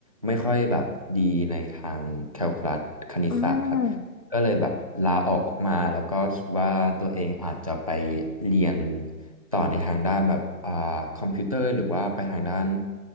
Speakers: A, on the right (about 25°); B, on the left (about 70°).
A: ไม่ค่อยแบบดีในทางแคลคูลัสคณิตศาสตร์ครับ
B: อ่า
A: ก็เลยแบบลาออกออกมาแล้วก็คิดว่าตัวเองอาจจะไปเรียนต่อในทางด้านแบบอ่าคอมพิวเตอร์หรือว่าไปทางด้าน